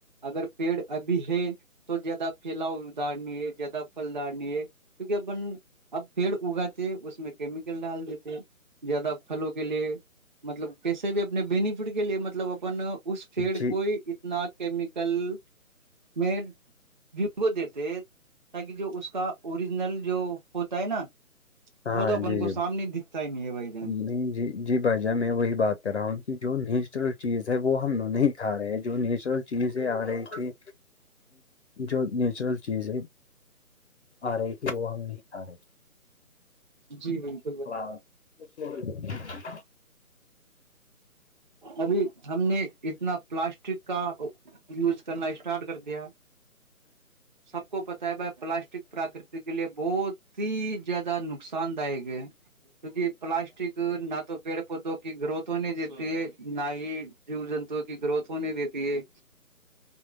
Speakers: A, on the right; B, on the left.
A: اگر پیڑ ابھی ہے تو زیادہ پھیلاؤ دار نہیں ہے زیادہ پھلدار نہیں ہے کیونکہ اپن اب پھر اگاتے اس میں کیمیکل ڈال دیتے زیادہ پھلوں کے لیے مطلب کیسے بھی اپنے بینفٹ کے لیے مطلب اپ اس فیڈ
B: جی
A: کو ہی اتنا کیمیکل میں ویو دیتے تاکہ جو اس کا اوریجنل جو ہوتا ہے نا
B: ہاں
A: وہ تو اپن
B: جی
A: کو
B: جی
A: سامنے دکھتا ہی نہیں ہے بھائی جان
B: نہیں جی جی بھائی جان میں وہی بات کر رہا ہوں کہ جو نیچرل چیز ہے وہ ہم لوگ نہیں کھا رہے ہیں جو نیچرل رل چیز یہ آ رہی تھی جو نیچرل چیزیں آ رہی تھی وہ ہم نہیں کھا رہے تھے
A: جی بلکل
B: <inaudible>
A: ابھی ہم نے اتنا پلاسٹک کا یوز کرنا اسٹارٹ کر دیا سب کو پتا ہے بھائی پلاسٹک پراکرتی کے لیے بہت ہی زیادہ نقصان دائک ہے کیونکہ پلاسٹک نہ تو پیڑ پودوں کی گروتھ ہونے دیتی ہے نہ ہی جیو جنتو کی گروتھ ہونے دیتی ہے